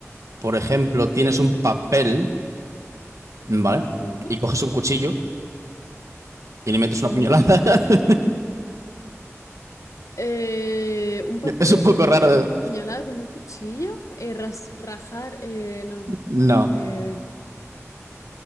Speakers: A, on the right; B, on the left.
A: por ejemplo, tienes un papel, ¿vale?
B: Ujú,
A: Y coges un cuchillo y le metes
B: ujú.
A: una puñalada. <laughs>
B: Eh, un papel
A: Es un poco
B: y le
A: raro.
B: metes
A: ¿eh?
B: una puñalada con un cuchillo. Eh, ras- rajar, eh, no.
A: No.
B: Eh,